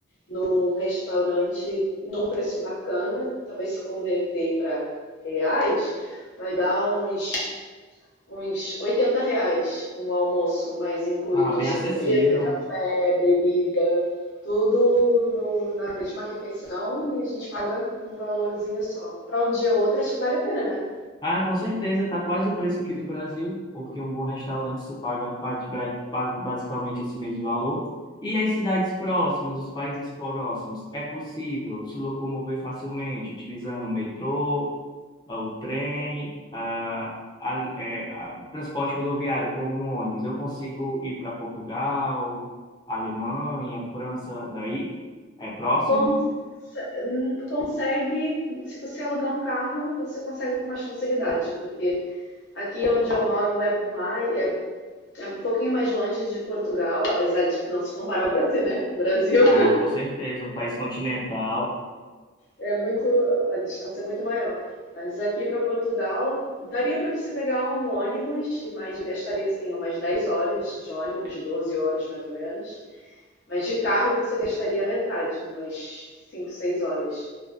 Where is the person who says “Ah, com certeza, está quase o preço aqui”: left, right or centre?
Left